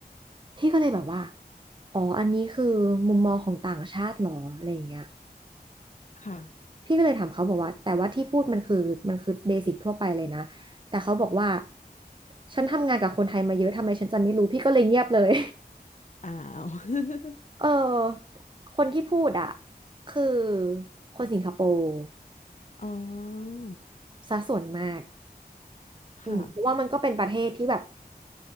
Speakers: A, on the right (about 30°); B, on the left (about 45°).
A: พี่ก็เลยแบบว่าอ๋ออันนี้คือมุมมองของต่างชาติเหรออะไรอย่างเงี้ย
B: ค่ะ
A: พี่ก็เลยถามเขาบอกว่าแต่ว่าที่พูดมันคือมันคือเบสิกทั่วไปเลยนะแต่เขาบอกว่าฉันทำงานกับคนไทยมาเยอะทำไมฉันจะไม่รู้พี่ก็เลยเงียบเลย
B: อ้าว <laughs>
A: <laughs> เออคนที่พูดอ่ะคือคนสิงคโปร์
B: อ๋อ
A: ซะส่วนมาก
B: ค่ะ
A: อืมเพราะว่ามันก็เป็นประเทศที่แบบ